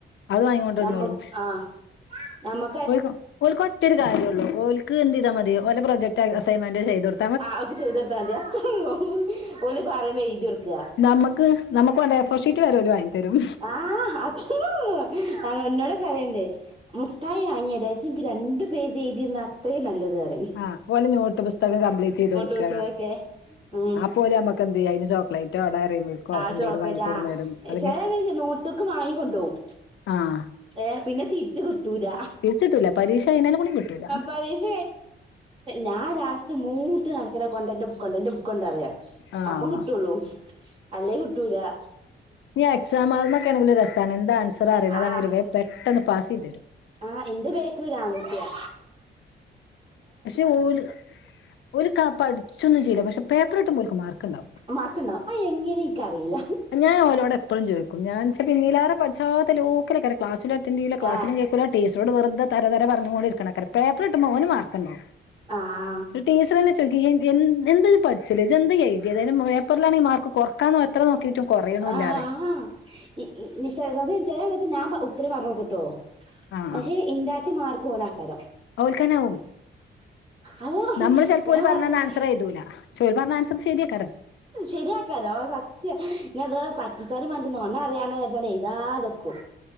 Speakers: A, on the left (about 75°); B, on the right (about 25°).
A: അത് വാങ്ങിക്കൊണ്ടിരുന്നോളും
B: ഞമ്മ ആഹ് <unintelligible> ഞമ
A: ഓൽക്ക് ഓൽക്കൊറ്റാരു കാര്യുള്ളൂ ഓൽക്ക് എന്തെയ്താമതി ഓലെ പ്രോജക്ട് അസൈൻമെന്റ് ചെയ്തു കൊടു
B: ആഹ് ഒക്കെ ചെയ്തർത്താൽതി അത്ര ള്ളു ഓല് പറയുമ്പോ എഴുതിഒർക്ക
A: നമുക്ക് നമുക്ക് വണ്ട എഫോർഷീറ്റ് വരെ ഓല് വാങ്ങി തെരും
B: ആഹ് അച്ഛള്ളു തങ്ക ഇന്നോട് കരയണ്ടേ <unintelligible> മുഠായി വാങ്ങിയരാ ജ്ജ് ഇൻക്ക് രണ്ട് പേജ് എഴതിന്ന അത്രയും നല്ലത്റയും
A: ആഹ് പോലെ നോട്ട് പുസ്തകം കംപ്ലീറ്റേയ്തൊടുക്ക
B: പുസ്തകൊക്കെ ഉം
A: അപ്പോല് മ്മക്ക് <unintelligible> ഇനി ചോക്ക്ലൈ റ്റോ ഡയറി മിൽക്കോ
B: ആ
A: എന്തേലും
B: ചോക്ലേറ്റ്
A: വാങ്ങിക്കൂടുന്ന്
B: ആ
A: തരും അല്ലെങ്കി
B: ചെല നോട്ട്ക്ക് വാങ്ങിക്കൊണ്ടോവും
A: ആഹ്
B: ഏഹ് പിന്നെ തിരിച്ച് കിട്ടൂല
A: തിരിച്ചിട്ടൂല്ല പരീക്ഷഴിനാലും കൂടി കിട്ടൂല്ല
B: പരീക്ഷ ഞാൻ ലാസ്റ്റ് മൂട്ട് ന നടക്ക കൊണ്ട എൻ്റെ ബുക്കൊണ്ട എൻ്റെ ബുക്കുണ്ടറിയ
A: ആഹ്
B: അപ്പം കിട്ടുള്ളൂ അല്ലേ കിട്ടൂലാ
A: നീ എക്സാം ആുന്നൊക്കൊണെങ്കിൽ ഞ്ഞി അ എക്സാം ഹാൾ ന്നെക്കെണെങ്കിലും രസാണ് ന്താ ആൻസർ അറിണതാണെങ്കില്
B: ആഹ്
A: വെം പെട്ടന്ന് പാസെയ്‌തെരും
B: ആഹ് ഇന്റെ ബേക്കിലൊരു ആങ്കുട്ടിയാ
A: പക്ഷെ ഓല് ഒരു കാ പഠിച്ചൊന്നും ചെയ്ല്ല പക്ഷെ പേപ്പർട്ടുംമ്പോ ഓൽക്ക് മാർക്ക്ണ്ടാവും
B: മാർക്കണ്ടാവു ആ എങ്ങനെനിക്ക് അറീല
A: ഞാൻ ഓലോട് എപ്പളും ചോയിക്കും ഞാൻെച്ച ഇന്നിലെറെ പടിച്ചത്ത ലോക്കലേക്കാരം ക്ലാസിലറ്റൻഡ് ചെയുല ക്ലസിലും
B: ആ
A: കെ ടീച്ചറോട് വെറുതെ തര തര പറഞ്ഞുംകൊണ്ട് ഇരിക്കണെക്കാര പേപ്പർ ഇട്ടുമ്പോ ഓന് മാർക്ക്ണ്ടാവും
B: ആഹ്
A: ടീച്ചറനെ ചോയിക്കും എന്ന്ത് പഠിച്ചില്ല ഇത് എന്ത്തു <unintelligible> അതായത് പേപ്പിലാണ ഈ മാർക്ക് കൊറക്കാന്ന് <unintelligible> എത്ര നോക്കിയിട്ടും കൊറയണൂല്ലാറിം
B: ആഹ് ഹാ <unintelligible>
A: ആഹ്
B: പക്ഷെ ഇൻ്റാട്ടി മാർക്ക് ഓനേക്കാരം
A: ഓൽക്കാന്നാവും
B: അപ്പോ
A: നമ്മള് ചെലപ്പോ
B: ഞാൻ
A: ഓല് പറഞ്ഞന്ന
B: പറയും
A: ആൻസർ എയ്തൂല <unintelligible> പറഞ്ഞ ആൻസർ ശെരിയാക്കാരം
B: ശെരിയാക്കാരോ സത്യ ഇനി അത് പറ്റിച്ചാലും <unintelligible>